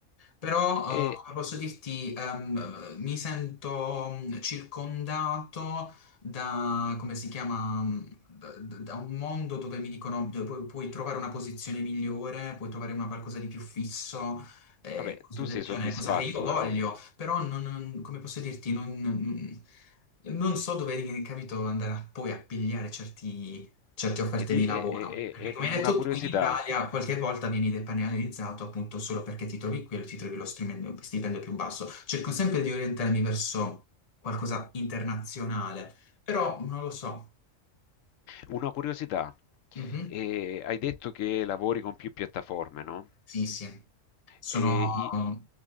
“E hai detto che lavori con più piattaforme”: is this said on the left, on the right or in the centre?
Left